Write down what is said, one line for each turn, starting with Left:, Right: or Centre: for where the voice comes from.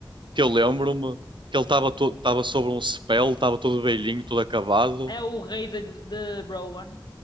Right: que eu lembro-me que ele estava to- estava sobre um spell, estava todo velhinho, todo acabado?
Left: é o rei de, de Rohan.